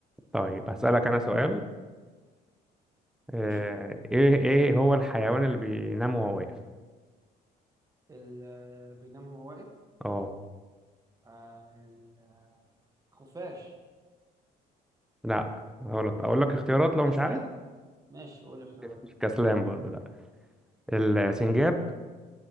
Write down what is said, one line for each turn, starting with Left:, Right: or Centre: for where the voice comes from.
Centre: طيب هسألك أنا سؤال آه،
Right: قشطة
Centre: إيه إيه هو الحيوان اللي بينام وهو واقف؟
Right: ال- آه، بينام هو واقف
Centre: أه
Right: آه، ال- آه، خفاش
Centre: لا غلط أقول لك اختيارات لو
Right: كسلان
Centre: مش عارف
Right: ماشي قول لي اختيارات
Centre: مش كسلان برضه لا السنجاب